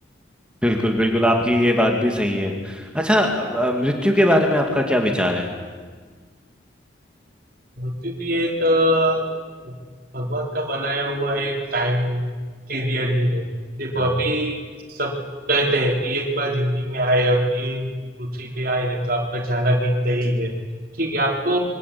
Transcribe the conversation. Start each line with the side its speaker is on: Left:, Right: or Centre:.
Centre: बिल्कुल बिल्कुल आपकी ये बात भी सही है अच्छा अ, अ, मृत्यु के बारे में आपका क्या विचार है
Right: मूर्ति भी एक अ, भगवान का बनाया हुआ एक टाइम पीरियड ही है देखो
Centre: हाँ
Right: अभी सब कहते हैं कि एक बार जिंदगी में आए अब ये पृथ्वी पे आए हैं तो आपका जाना भी तय है ठीक है आपको